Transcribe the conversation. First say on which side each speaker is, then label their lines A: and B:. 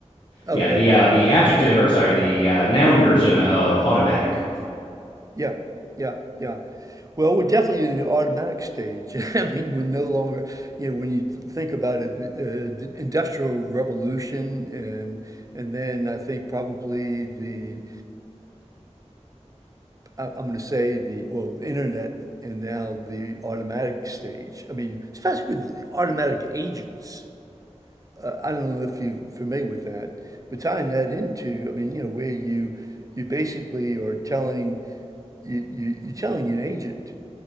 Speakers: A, on the right; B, on the left.
A: Okay.
B: Yeah, the uh, the adjective or sorry, the uh, noun version of automatic.
A: Yeah, yeah, yeah. Well, we're definitely in the automatic stage. <laughs> I mean, we're no longer, you know, when you think about it, uh, the industrial revolution and and then I think probably the I, I'm going to say the well, internet and now the automatic stage. I mean, especially with automatic agents. Uh, I don't know if you're familiar with that, but tying that into, I mean, you know, where you you basically are telling you, you, you're telling an agent